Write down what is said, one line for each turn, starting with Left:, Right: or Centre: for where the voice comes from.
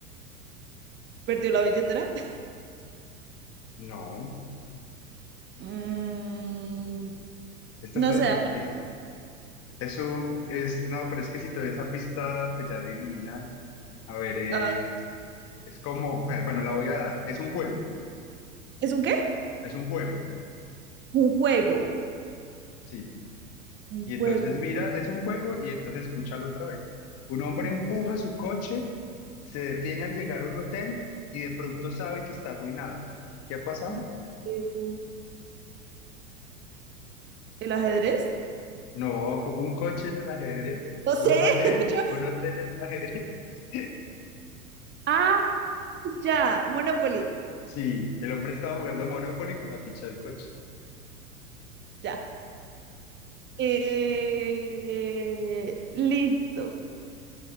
Right: Perdió la billetera. <laughs>
Left: No,
Right: Mm,
Left: esta
Right: no
Left: está
Right: sé.
Left: divertida. Eso es, no, pero es que si te doy esa pista, pues ya adivinas. A ver, es,
Right: ah,
Left: es como, bueno, bueno, la voy a dar. Es un juego,
Right: ¿es un qué?
Left: es un juego,
Right: Un juego.
Left: sí.
Right: Un
Left: Y entonces
Right: juego.
Left: mira, es un juego y entonces escúchalo otra vez. Un hombre
Right: Ok,
Left: empuja su coche, se detiene al llegar a un hotel y de pronto sabe que está arruinado. ¿Qué ha pasado?
Right: un juego. ¿El ajedrez?
Left: No, co- un coche en el ajedrez,
Right: No
Left: un
Right: sé.
Left: hotel,
Right: <laughs> yo-
Left: un hotel en el ajedrez. <laughs>
Right: Ah, ya, Monopoly,
Left: Sí, el hombre estaba jugando Monopoly con la ficha del coche.
Right: ya. Eh, listo.